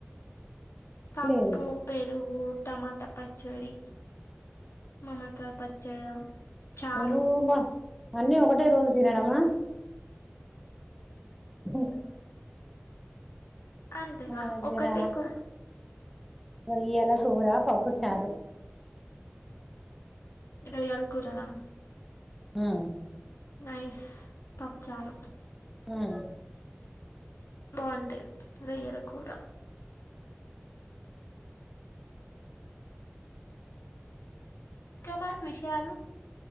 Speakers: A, on the left; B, in the centre.
A: పప్పు
B: లేదు
A: పెరుగు టమాటా పచ్చడి మామడికాయ పచ్చడ చారు
B: నువ్వు బా అన్నీ ఒకటే రోజు తినడమా ఓ
A: అంతేగా
B: మా దగ్గర
A: ఒకటే కు
B: రొయ్యల కూర పప్పు చారు
A: రొయ్యల కూర నా
B: మ్మ్
A: నైస్ పప్చారు
B: మ్మ్
A: బాగుంటాది రొయ్యల కూర ఇంకా మరి విషయాలు